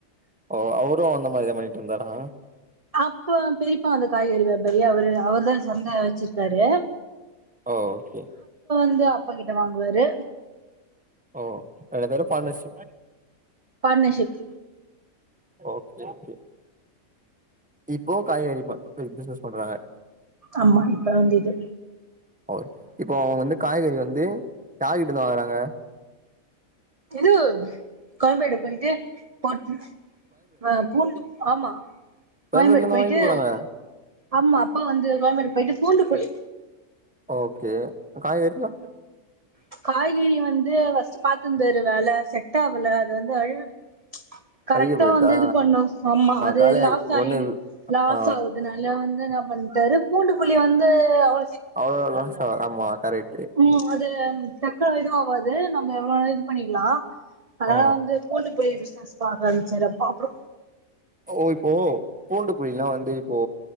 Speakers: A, in the centre; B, on the right (about 30°).
A: ஓ அவரும் அந்த மாரிதா பண்ணிட்டு இருந்தார
B: அப்ப பெரியப்பா அந்த காய்கறி வியபாரியா அவரு அவர்தான் சந்தை வச்சிருக்காரு
A: ஓ ஓகே
B: ந்து அப்பா கிட்ட வாங்குவாரு
A: ஓ ரெண்டு பேரு பார்ட்னர்ஷிப்
B: பார்ட்னர்ஷிப்
A: ஓகே ஓகே இப்போ காய்கறி மார்க்கெட் பிசினஸ் பண்றாங்க
B: ஆமா இப்ப வந்து இது
A: ஓ இப்போ அவங்க வந்து காய்கறி வந்து யார் கிட்டிருந்து வாங்கறாங்க
B: இது கோயம்பேடு போயிட்டு போட்டு ஆ பூண்டு ஆமா
A: கோயம்பேட்டில்
B: கோயம்பேடு
A: இருந்தா
B: போயிட்டு
A: வாங்கிட்டு போறாங்க
B: ஆமா அப்பா வந்து கோயம்பேடு போயிட்டு பூண்டு போளி
A: ஓகே அப்போ காய்கறியெல்லா
B: ச் காய்கறி வந்து பாத்துருந்தாரு வேல செட் செட்டாவல அது வந்து அழு ச் கரக்டா
A: அழுகி போயிட்டா
B: வந்து இது பண்ணு ஆமா அது
A: காலியா
B: லாஸ் ஆயி
A: ஒண்ணு
B: லாஸ்
A: ஆ
B: ஆகுதுனால வந்து நா வண்டாரு பூண்டு புளி வந்து அவ
A: அவ்ளோ லாசா ஆமா கரெக்ட்
B: உம் அது டக்குனு எதுவு ஆவாது நம்ம எவ்ளோ வேணாலு இது பண்ணிற்லாம் அதனால
A: ஆ
B: வந்து பூண்டு புளி பிஸ் னஸ் பாக்க ஆரம்பிச்சறப்பா அப்றோ
A: ஓ இப்போ பூண்டு புளிலாம் வந்து இப்போ